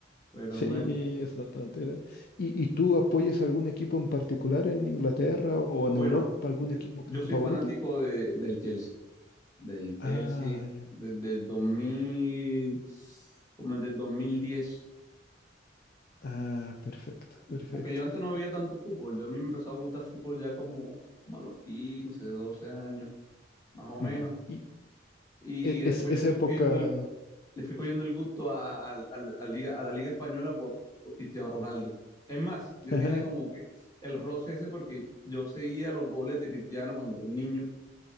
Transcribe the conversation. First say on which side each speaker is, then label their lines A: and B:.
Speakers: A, on the left; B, on the left.
A: Pero
B: Sí,
A: bueno.
B: es una tontera. ¿Y, y tú apoyas algún equipo en particular en Inglaterra o
A: Bueno,
B: en Europa, algún
A: yo,
B: equipo
A: yo
B: que es tu
A: soy
B: favorito?
A: fanático de, del Chelsea, del Chelsea
B: Ah, ya.
A: desde el 2000, como desde el 2010,
B: Ah, perfecto, perfecto.
A: porque yo antes no veía tanto fútbol, yo a mí me empezó a gustar fútbol ya como, como a los 15, 12 años, más o menos,
B: Mm, Y
A: y
B: e-
A: después
B: es, esa
A: le fui
B: época...
A: cogiendo el, le fui cogiendo el gusto a, a- a la a Liga, a la Liga Española por, por Cristiano Ronaldo. Es más, yo
B: <laughs>
A: tenía como que el roce ese porque yo seguía los goles de Cristiano cuando era un niño